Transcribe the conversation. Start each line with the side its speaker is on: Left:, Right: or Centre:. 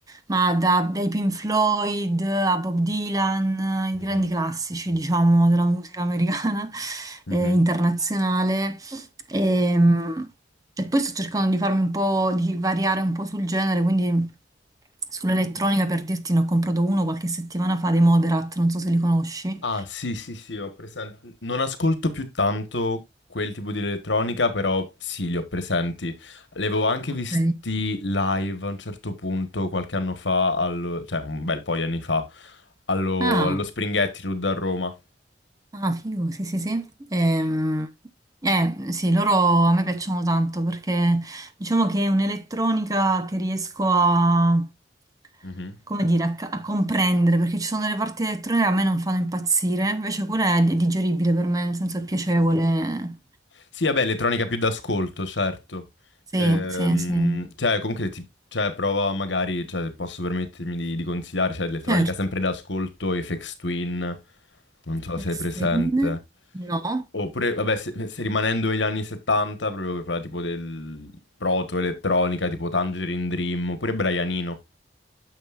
Right: ma da- dai Pink Floyd a Bob Dylan,
Left: mhm,
Right: i grandi classici diciamo della musica americana <laughs>
Left: mhm.
Right: e internazionale. Ehm, E, poi sto cercando di farmi un po', di variare un po' sul genere, quindi sull'elettronica per dirti ne ho comprato uno qualche settimana fa dei Moderat, non so se li conosci.
Left: Ah, sì, sì, sì, ho presente. Non ascolto più tanto quel tipo di elettronica, però sì, li ho presenti. Li avevo anche
Right: Ok.
Left: visti live a un certo punto, qualche anno fa, allo- cioè un bel po' di anni fa, allo,
Right: Ah,
Left: allo Spring Attitude a Roma.
Right: Ah, figo, sì, sì, sì. Ehm, eh, sì, loro a me piacciono tanto perché diciamo che è un'elettronica che riesco a,
Left: Mhm.
Right: come dire, a, ca- a comprendere, perché ci sono delle parti elettroniche che a me non fanno impazzire, invece quella è di- digeribile per me, nel senso è piacevole.
Left: Sì, vabbè, elettronica più d'ascolto, certo.
Right: Sì,
Left: Ehm,
Right: sì, sì.
Left: cioè, comunque, ti- cioè, prova magari, cioè, posso permettermi di, di consigliare, cioè, elettronica
Right: Certo.
Left: sempre d'ascolto, Aphex Twin, non so se
Right: Extreme?
Left: sei presente.
Right: No,
Left: Oppure, vabbè, se, se rimanendo negli anni 70, proprio per parlare tipo del proto-elettronica, tipo Tangerine Dream, oppure Brianino,